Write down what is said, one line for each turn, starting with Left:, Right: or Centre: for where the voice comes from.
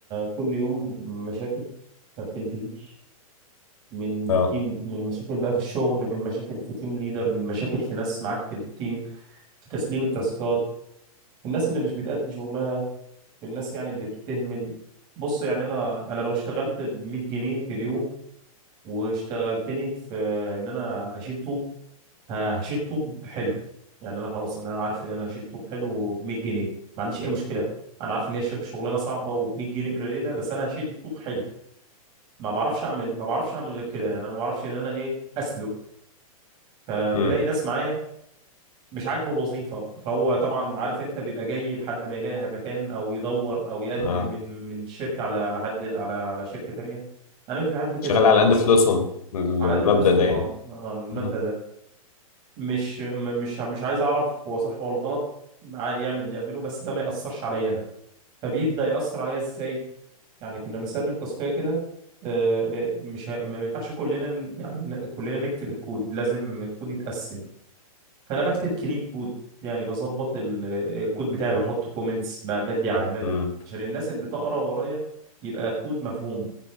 Right: كل يوم مشاكل ما بتنتهيش من
Left: اه
Right: تيم من مشاكل بقى في الشغل من مشاكل في تيم ليدر من مشاكل في ناس معاك في التيم في تسليم التاسكات في الناس اللي مش بتأدي شغلها في الناس يعني اللي بتهمل بص يعني انا انا لو اشتغلت ب 100 جنيه في اليوم واشتغلتني في ان انا اشيل طوب هشيل طوب حلو يعني انا خلاص انا عارف ان انا هشيل طوب حلو ب 100 جنيه ما عنديش اي مشكلة انا عارف ان هي ش- شغلانه صعبه وب 100 جنيه قليله بس انا هشيل طوب حلو ما بعرفش اعمل ما بعرفش اعمل غير كده يعني انا ما بعرفش ان انا ايه اسلق فبلاقي
Left: امم
Right: ناس معايا مش عاجبه الوظيفه فهو طبعا عارف انت بيبقى جاي لحد ما يلاقي مكان او يدور او يقدم
Left: اه
Right: من من الشركه على على حد على على شركه تانيه انا مش بحب كده
Left: شغال
Right: انا
Left: على
Right: خلاص
Left: قد فلوسهم المبدا
Right: على قد فلوسهم
Left: ده
Right: اه,
Left: يعني
Right: آه المبدأ
Left: امم
Right: ده مش م- مش مش عايز اعرف هو صح ولا غلط معاه يعمل اللي يعمله بس ده ما يأثرش عليا انا فبيبدأ يأثر عليا ازاي يعني كنا بنسلم تاسكية كده آه، آه، مش ه- ما ينفعش كلنا ن- يعني ن- كلنا نكتب الكود لازم الكود يتقسم فانا بكتب كلين كود يعني بظبط ال- آه، الكود بتاعي بحط كومنتس بدي علامات
Left: امم
Right: عشان الناس اللي تقرا ورايا يبقى الكود مفهوم